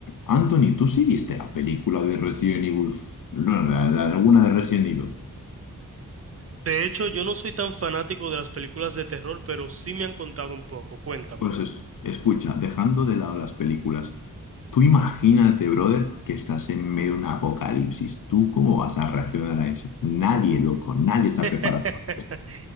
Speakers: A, on the left; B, on the right.
A: Anthony, ¿tú sí viste la película de Resident Evil? F- No, la, la de alguna de Resident Evil.
B: De hecho, yo no soy tan fanático de las películas de terror, pero sí me han contado un poco. Cuéntame.
A: Pues es- escucha, dejando de lado las películas, tú imagínate, brother, que estás en medio de un apocalipsis. ¿Tú cómo vas a reaccionar a eso? Nadie, loco, nadie está
B: <laughs>
A: preparado.